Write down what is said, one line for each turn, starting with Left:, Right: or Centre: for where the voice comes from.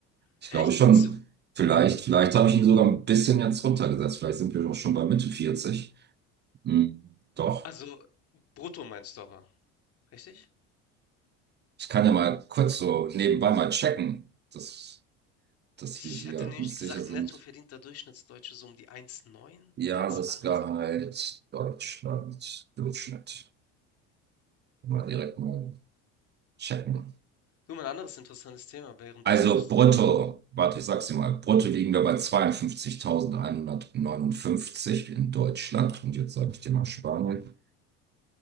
Left: echt?
Right: Ich glaube schon.
Left: Z
Right: Vielleicht, vielleicht habe ich ihn sogar ein bisschen jetzt runtergesetzt. Vielleicht sind wir doch schon bei Mitte 40. Hm, doch.
Left: also brutto meinst du aber, richtig?
Right: Ich kann ja mal kurz so nebenbei mal checken, dass, dass
Left: Ich
Right: wir hier
Left: hätte nämlich
Right: uns
Left: gesagt,
Right: sicher sind.
Left: netto verdient der Durchschnittsdeutsche so um die 1,9,
Right: Jahresgehalt
Left: 1,8.
Right: Deutschland, Durchschnitt. Mal direkt mal checken.
Left: Du, mal ein anderes interessantes Thema, während
Right: Also
Left: du suchst.
Right: brutto, warte, ich sag's dir mal, brutto liegen wir bei 52.159 in Deutschland. Und jetzt sage ich dir mal Spanien,